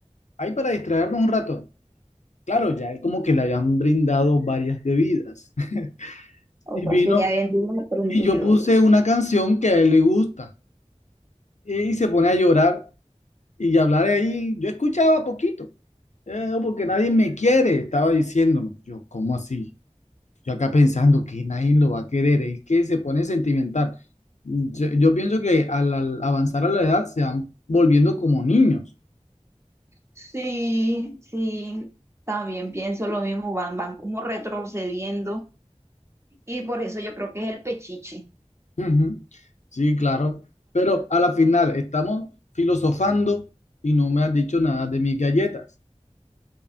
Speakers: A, on the left; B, on the right.
A: ahí para distraernos un rato. Claro, ya es como que le hayan brindado varias bebidas. <laughs>
B: O
A: Y
B: sea,
A: vino,
B: que ya vendría aprendido.
A: y yo puse una canción que a él le gusta. Y se pone a llorar y a hablar ahí. Yo escuchaba poquito, "Eh, no, porque nadie me quiere, estaba diciéndome. Yo, ¿cómo así? Yo acá pensando que nadie lo va a querer, es que se pone sentimental. Yo, yo pienso que al al avanzar a la edad se van volviendo como niños.
B: Sí, sí, también pienso lo mismo, van, van como retrocediendo y por eso yo creo que es el pechiche.
A: Ujú. Sí, claro. Pero a la final estamos filosofando y no me has dicho nada de mis galletas.